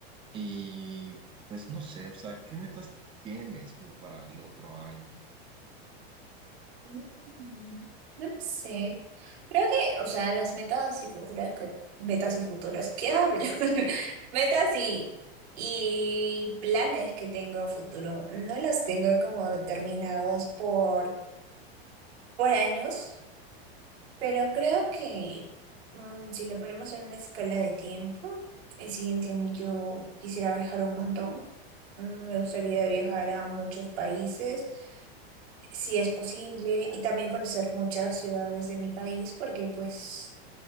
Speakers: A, on the right; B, on the right.
A: y pues no sé, o sea, ¿qué metas tienes como para el otro año?
B: Mm, No lo sé. Creo que, o sea, las metas y futuras, que- metas y futuras, ¿qué hablo? <laughs> Metas y, y planes que tengo a futuro, no los tengo como determinados por, por años, pero creo que mm, si le ponemos en una escala de tiempo, el siguiente año yo quisiera viajar un montón. Mm, Me gustaría viajar a muchos países. si es posible, y también conocer muchas ciudades de mi país, porque pues